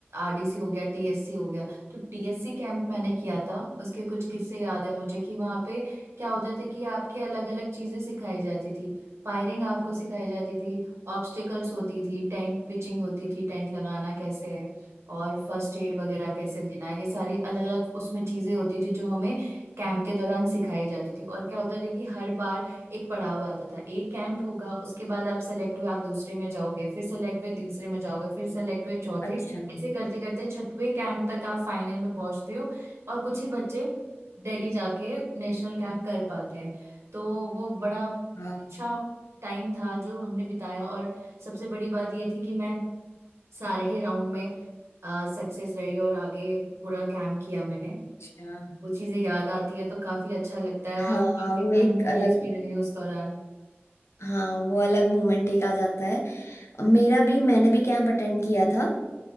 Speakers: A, on the right; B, on the left.
A: आरडीसी हो गया टीएससी हो गया तो टीएससी कैंप मैंने किया था उसके कुछ किस्से याद है मुझे कि वहाँ पे क्या होता था कि आपकी अलग अलग चीजें सिखाई जाती थी फायरिंग आपको सिखाई जाती थी ऑब्स्टिकल्स होती थी टेंट पिचिंग होती थी टेंट लगाना कैसे है और फर्स्ट एड वगैरह कैसे देना है ये सारी अलग अलग उसमें चीजें होती थी जो हमें कैंप के दौरान सिखाई जाती थी और क्या होता था कि हर बार एक पड़ाव आता था एक कैंप होगा उसके बाद आप सेलेक्ट हुए आप दूसरे में जाओगे फिर सेलेक्ट हुए तीसरे में जाओगे फिर सेलेक्ट हुए चौथे
B: अच्छा
A: ऐसे करते करते छठवें कैंप तक आप फाइनल में पहुंचते हो और कुछ ही बच्चे दिल्ली जाके नेशनल कैंप कर पाते हैं तो वो बड़ा
B: हाँ,
A: अच्छा टाइम था जो हमने बिताया और सबसे बड़ी बात ये थी कि मैं सारे ही राउंड में सक्सेस रही और आगे पूरा कैंप किया मैंने
B: अच्छा
A: वो चीजें याद आती है तो काफी अच्छा लगता है और
B: हाँ
A: काफी
B: वो
A: फन
B: एक
A: मोमेंट्स
B: अलग
A: भी रहे उस दौरान
B: हाँ वो अलग मोमेंट एक आ जाता है मेरा भी मैंने भी कैंप अटेंड किया था